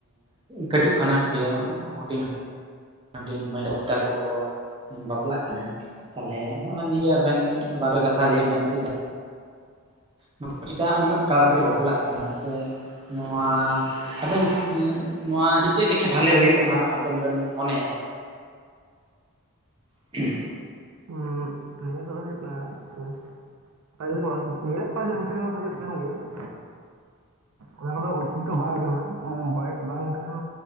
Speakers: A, on the right (about 25°); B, on the right (about 70°).
A: ᱠᱟᱹᱴᱤᱡ ᱠᱷᱚᱱᱟᱜ ᱜᱮ ᱦᱩᱰᱤᱧ ᱦᱰᱤᱧ ᱢᱟᱹᱭ ᱵᱟᱹᱵᱩ ᱛᱟᱠᱚ ᱠᱚ ᱵᱟᱯᱞᱟᱜ ᱠᱟᱱᱟ ᱾ ᱛᱟᱦᱚᱞᱮ ᱦᱚᱜᱱᱟ ᱱᱤᱭᱮ ᱟᱵᱮᱱ ᱵᱟᱨᱮ ᱠᱟᱛᱷᱟ ᱞᱟᱹᱭ ᱵᱮᱱ ᱪᱮᱫᱟᱜ? ᱱᱩᱠᱩ ᱪᱮᱫᱟᱜ ᱩᱱᱟᱹᱜ ᱛᱟᱲᱟ-ᱛᱟᱹᱲᱤ ᱵᱟᱯᱞᱟᱜ ᱠᱟᱱᱟ ᱥᱮ, ᱱᱚᱣᱟ ᱟᱵᱮᱱ ᱱᱚᱣᱟ ᱪᱮ ᱪᱮᱫ ᱞᱮᱠᱷᱟᱱ ᱵᱷᱟᱞᱮ ᱦᱩᱭᱩᱜ-ᱟ? ᱚᱱᱟ ᱟᱵᱮᱱ ᱵᱮᱱ ᱢᱚᱱᱮᱭᱟ ᱾ <inaudible>
B: ᱦᱸ ᱱᱤᱭᱟᱹ ᱠᱚᱫᱚ ᱦᱩᱭᱩᱜ ᱠᱟᱱᱟ ᱛᱟᱠᱨᱤᱵᱟᱱ ᱧᱮᱫ ᱠᱚᱣᱟ ᱱᱚᱱᱛᱮ ᱦᱚᱸ ᱦᱩᱭᱩᱜ ᱠᱟᱱ ᱜᱮᱭᱟ ᱾ ᱚᱱᱟ ᱠᱚᱫᱚ ᱩᱪᱤᱛ ᱫᱚ ᱵᱟᱝ ᱠᱟᱱᱟ ᱾ ᱵᱚᱭᱮᱥ ᱵᱟᱝᱠᱷᱟᱱ